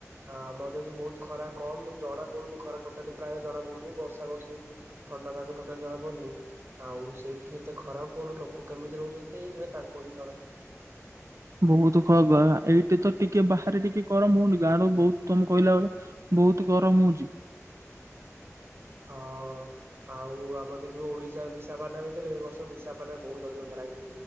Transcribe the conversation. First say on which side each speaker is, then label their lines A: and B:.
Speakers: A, on the right (about 45°); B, on the right (about 70°).
A: ଆଉ ଆମତେ ଏଦି ବହୁତ ଖରା କମ ଜଣା ପଡୁନି ଖରା ଟୋଟାଲି ପ୍ରାୟ ଜଣା ପଡୁନି ବର୍ଷା ବର୍ଷୀ ଥଣ୍ଡା ପାଗକୁ ଟୋଟାଲ ଜଣାପଡୁନି। ଆଉ ସେଇଠି ଏତେ ଖରାପ କଣ ଲୋକ କେମିତି ରହୁଚନ୍ତି ସେଟା ତାଙ୍କୁ ହିଁ ଜଣା।
B: <unintelligible> ବହୁତ ଖ ଏଇଠି ତ ଟିକେ ବାହାରେ ଟିକେ ଗରମ ହଉନି ଗାଁରୁ ବହୁତ ତମେ କହିଲା ଭଳିଆ ବହୁତ ଗରମ ହଉଚି।
A: ହଁ ଆଉ ଆମର ଦେଖିବ ଓଡିଶା ବି ବିଶାଖପାଟଣା ଭିତରେ ଏ ବର୍ଷ ବିଶାପାଟନାରେ ବହୁତ ଅଧିକ ଖରା ହେଇଚି।